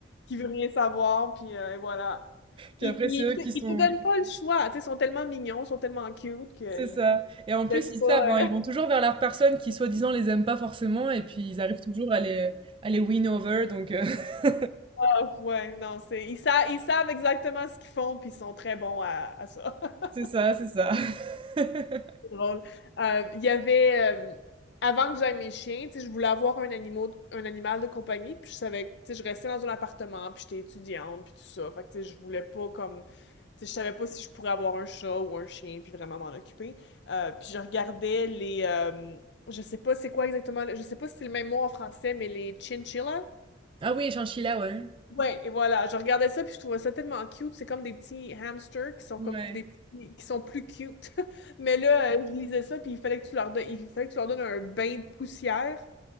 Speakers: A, on the left; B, on the right.
A: qui veut rien savoir, puis euh, et voilà.
B: Puis
A: Ils,
B: après,
A: ils,
B: c'est eux
A: te
B: qui sont,
A: ils te donnent pas le choix. Tu sais, ils sont tellement mignons, ils sont tellement cute qu'ils
B: C'est ça.
A: ils te
B: Et en plus,
A: laissent
B: ils
A: pas.
B: savent, hein, ils vont
A: euh, <laughs>
B: toujours vers la personne qui, soi-disant, les aime pas forcément, et puis ils arrivent toujours à les, à les win over, donc euh, <laughs>
A: Ah, ouais, non, c'est, ils, sa- ils savent exactement ce qu'ils font, puis ils sont très bons à, à ça. <laughs>
B: c'est ça, c'est ça. <laughs>
A: drôle. Euh, Il y avait, euh, avant que j'aille mes chiens, tu sais, je voulais avoir un animal, un animal de compagnie, puis je savais, tu sais, je restais dans un appartement, puis j'étais étudiante, puis tout ça. Fait que, tu sais, je voulais pas comme, tu sais, je savais pas si je pourrais avoir un chat ou un chien, puis vraiment m'en occuper. Euh, puis je regardais les, euh, je sais pas c'est quoi exactement, le- je sais pas si c'est le même mot en français, mais les chinchillas.
B: Ah oui, chinchilla, ouais.
A: Ouais, et voilà, je regardais ça puis je trouvais ça tellement cute. C'est comme des petits hamsters qui sont
B: Ouais,
A: comme des petits, qui sont plus cute. <laughs> Mais là, euh, je lisais ça puis il fallait que tu leur donnes, il fallait que tu leur donnes un bain de poussière.